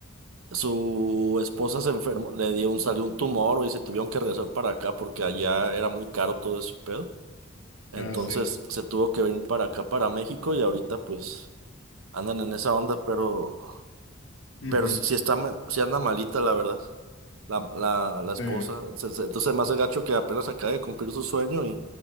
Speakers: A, on the right; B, on the left.
A: su esposa se enfermó, le dio un salió un tumor y se tuvieron que regresar para acá porque allá era muy caro todo ese pedo. Entonces
B: Ah, sí.
A: se tuvo que venir para acá para México y ahorita pues andan en esa onda, pero
B: Ujú.
A: pero si si está ma- sí anda malita la verdad. La, la, la esposa.
B: Sí.
A: Se- se- Entonces, más hace gacho que apenas acaba de cumplir su sueño